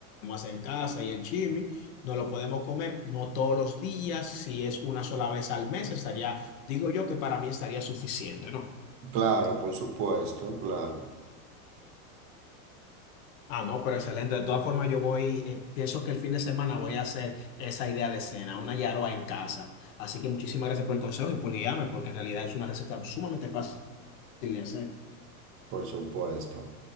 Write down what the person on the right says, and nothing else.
Claro, por supuesto, claro,
por supuesto.